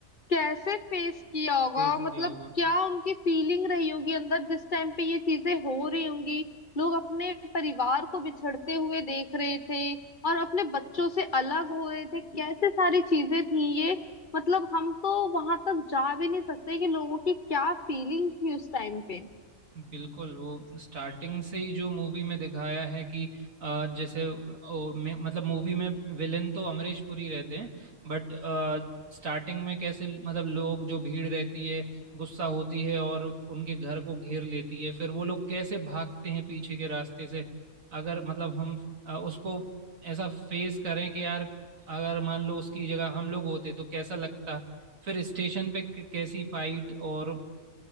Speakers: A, on the left (about 35°); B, on the right (about 65°).
A: कैसे फेस किया होगा
B: फेस
A: मतलब
B: किया होगा
A: क्या उनकी फीलिंग रही होगी अंदर जिस टाइम पे ये चीजें हो रही होंगी लोग अपने परिवार को बिछड़ते हुए देख रहे थे और अपने बच्चों से अलग हो रहे थे कैसे सारी चीजें थी ये मतलब हम तो वहां तक जा भी नहीं सकते कि लोगों की क्या फीलिंग थी उस टाइम पे
B: बिल्कुल वो स्टार्टिंग से ही जो मूवी में दिखाया है कि अ, जैसे ओ, में, मतलब मूवी में विलेन तो अमरीश पुरी रहते हैं बट स्टार्टिंग में कैसे मतलब लोग जो भीड़ रहती है गुस्सा होती है और उनके घर को घेर लेती है फिर वो लोग कैसे भागते हैं पीछे के रास्ते से अगर मतलब हम अ, उसको ऐसा फेस करें कि यार अगर मान लो उसकी जगह हम लोग होते तो कैसा लगता फिर स्टेशन पे क- कैसी फाइट और